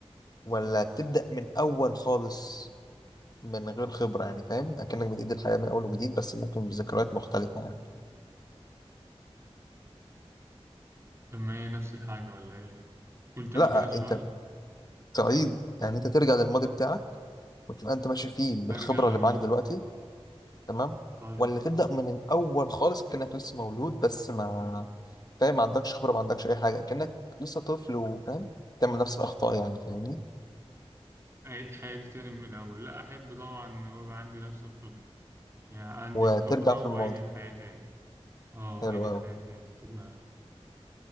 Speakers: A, on the left (about 40°); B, on the right (about 25°).
A: ولا تبدأ من أول خالص من غير خبرة يعني فاهم أكنك بتعيد الحياة من أول وجديد بس ممكن بذكريات مختلفة يعني
B: طب ما هي نفس الحاجة ولا ايه قول تاني
A: لا
B: كده السؤال
A: أنت تعيد يعني أنت ترجع للماضي بتاعك وتبقى أنت ماشي فيه بالخبرة
B: ارجع للماضي
A: اللي معاك دلوقتي تمام
B: طيب
A: ولا تبدأ من الأول خالص كأنك لسه مولود بس ما فاهم ما عندكش خبرة ما عندكش أي حاجة كأنك لسه طفل وفاهم تعمل نفس الأخطاء يعني فاهمني
B: اعيد حياتي تاني من الاول لا احب طبعا ويبقى عندي نفس الخبره يعني عندي
A: وترجع
B: الخبره
A: في
B: واعيد
A: الماضي
B: الحياه تاني اه
A: حلو
B: اعيد الحياه
A: أوي
B: تاني تبقى